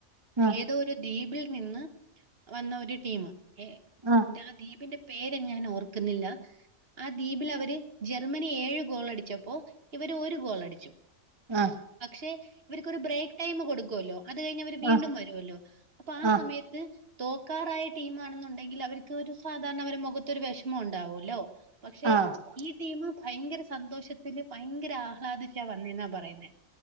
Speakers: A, on the right (about 25°); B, on the right (about 45°).
A: ഉം
B: ഏതോ ഒരു ദ്വീപിൽ നിന്ന് വന്ന ഒരു ടീമ്. ഏ
A: ആഹ്
B: കുട്ടിയളെ ദീപ്ന്റെ പേര് ഞാൻ ഓർക്കുന്നില്ല. ആ ദ്വീപില് അവര് ജർമ്മനി ഏഴ് ഗോളടിച്ചപ്പോ ഇവര് ഒരു ഗോളടിച്ചു.
A: ആഹ്
B: പക്ഷെ ഇവര്ക്കൊരു ബ്രേക്ക് ടൈമ് കൊടുക്കുവല്ലോ. അത് കഴിഞ് അവര് വീണ്ടും
A: ആഹ്
B: വരുവല്ലോ. അപ്പൊ ആ
A: ആഹ്
B: സമയത്ത് തോക്കാറായ ടീമാണെന്നുണ്ടെങ്കില് അവര് ഒരു സാധാരണ അവരെ മുഖത്തൊരു വെഷ്മം ഉണ്ടാവൊല്ലോ. പക്ഷെ
A: ആഹ്
B: ഈ ടീമ് ഭയങ്കര സന്തോഷത്തില് ഭയങ്കര ആഹ്ലാദിച്ചാ വന്നെന്നാ പറയുന്നെ.